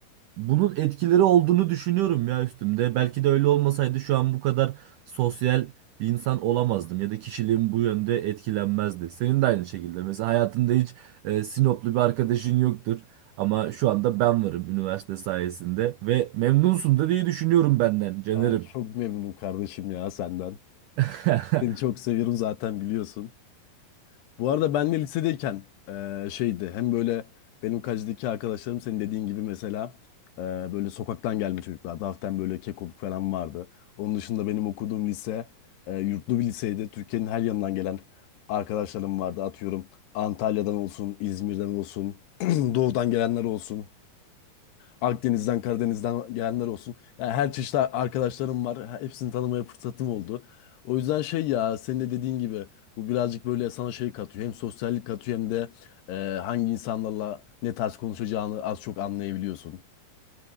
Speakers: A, on the right; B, on the left.
A: Bunun etkileri olduğunu düşünüyorum ya üstümde. Belki de öyle olmasaydı şu an bu kadar sosyal bir insan olamazdım ya da kişiliğim bu yönde etkilenmezdi. Senin de aynı şekilde. Mesela hayatında hiç e, Sinoplu bir arkadaşın yoktur ama şu anda ben varım üniversite sayesinde ve memnunsun da diye düşünüyorum benden Caner'im.
B: Aa, çok memnunum kardeşim ya senden.
A: <laughs>
B: Seni çok seviyorum zaten biliyorsun. Bu arada ben de lisedeyken eee, şeydi hem böyle benim kacideki arkadaşlarım senin dediğin gibi mesela eee, böyle sokaktan gelme çocuklar. Hafiften böyle kekoluk falan vardı. Onun dışında benim okuduğum lise eee, yurtlu bir liseydi. Türkiye'nin her yanından gelen arkadaşlarım vardı. Atıyorum Antalya'dan olsun, İzmir'den olsun, <clears throat> doğudan gelenler olsun. Akdeniz'den, Karadeniz'den gelenler olsun. Yani her çeşit arkadaşlarım var. He- Hepsini tanımaya fırsatım oldu. O yüzden şey ya senin de dediğin gibi bu birazcık böyle sana şey katıyor. Hem sosyallik katıyor hem de e, hangi insanlarla ne tarz konuşacağını az çok anlayabiliyorsun.